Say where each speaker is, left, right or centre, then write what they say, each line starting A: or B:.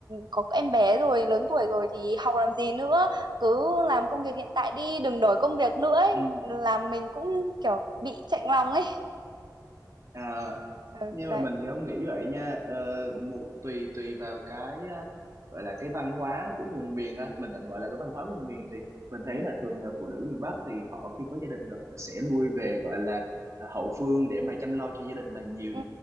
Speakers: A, on the right (about 80°); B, on the right (about 45°).
A: có em bé rồi lớn tuổi rồi thì học làm gì nữa cứ làm công việc hiện tại đi đừng đổi công việc nữa ấy
B: ừ.
A: làm mình cũng kiểu bị chạnh lòng ấy
B: À,
A: ừ,
B: nhưng
A: đấy
B: mà mình thì không nghĩ vậy nha ờ, một tùy tùy vào cái á, gọi là cái văn hóa của vùng miền á mình tạm gọi là cái văn hóa vùng miền thì mình thấy
A: ừ,
B: là thường là phụ nữ miền Bắc thì họ khi có gia đình rồi họ sẽ lui về gọi là à, hậu phương để mà chăm lo cho gia đình là nhiều
A: ừ,